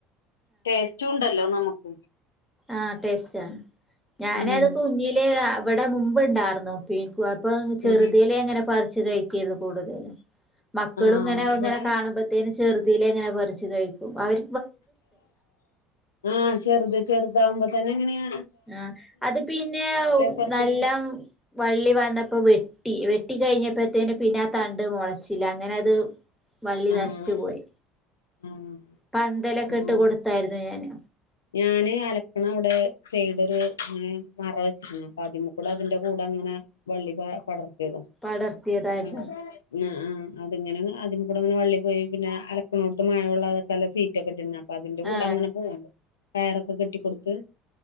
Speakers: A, on the left (about 90°); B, in the centre.
A: ടേസ്റ്റ് ഉണ്ടല്ലോ നമുക്ക്
B: അ ടെസ്റ്റ് ആണ് ഞാനത്
A: ഉം
B: കുഞ്ഞിലെ അവിടെ മുമ്പ് ഉണ്ടാരുന്നു പ്പി അപ്പം ചെറുതിലെ
A: ഉം
B: എങ്ങനെ പറിച്ചു കഴിക്കരുന്നു കൂടുതൽ മക്കളും
A: ആഹ്
B: ഇങ്ങനെ അങ്ങനെ
A: ഇവിടെ
B: കാണുമ്പത്തേനും ചെറുതിലെ എങ്ങനെ പറിച്ച് കഴിക്കും അവർ
A: ഉമ് ചെറുത് ചെറുതാവുമ്പോ തന്നെ എങ്ങനെയ
B: ആഹ് അത് പിന്നെ
A: പറച്ച്
B: നല്ല വള്ളി വന്നപ്പോ വെ വെട്ടി വെട്ടി കഴിഞ്ഞപ്പോഴത്തേന് പിന്നാ തണ്ട് മൊളച്ചില്ല അങ്ങനെ അത് വള്ളി
A: ആഹ്
B: നശിച്ചു പോയി
A: ആഹ്
B: പന്തലൊക്കെ
A: ആഹ്
B: ഇട്ട് കൊടുത്തായിരുന്നു ഞാന്
A: ഞാന് അലക്കണ അവിടെ സൈഡര് ഇങ്ങനെ മറ വെച്ചിന്നു അപ്പൊ അതിമകൂടെ അതിന്റെ കൂടെ അങ്ങനെ വള്ളി പ പടർത്തിയതാ
B: പടർത്തിയതായിരുന്നു
A: അ അ അ അതിങ്ങനെ അതിം കൂടി അങ്ങനെ വള്ളി പോയി പിന്നെ അലക്കിനോടുത്ത് മഴമുള്ളതൊക്കെല്ല സീറ്റൊക്കന്ന അതിന്റെ കൂടെ
B: ആ
A: അങ്ങനെ പോണുണ്ട് കയറൊക്കെ കെട്ടിക്കൊടുത്ത്